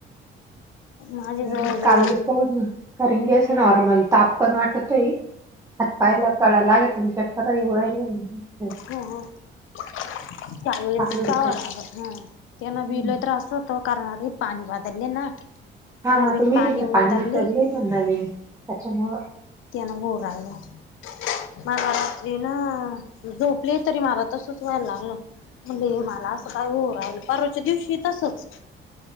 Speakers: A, on the left; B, on the right.
A: माझे जवळ
B: म
A: जवळ
B: कावेळ. होय ना करण कि असं नॉर्मल ताप पण वाटतोय हात पाय ला कला लागते. <unintelligible>
A: हो हो चांगलेच.
B: कावीळाच्या.
A: ह त्यांन बी
B: हम्म.
A: लय त्रास होत. तो कारणाने पाणी बदलले ना.
B: हा
A: नवीन
B: आता विहिरीला
A: उतरले
B: पाणी उतरल ना यावेळी त्याच्यामुळं
A: त्याना हून राहिला. माला रात्री न झोपले तरी मला तसंच व्हायला लागलं. म्हणलं हे मला असं काय होऊ राहिलं, परवाच्या दिवशी ही तसंच.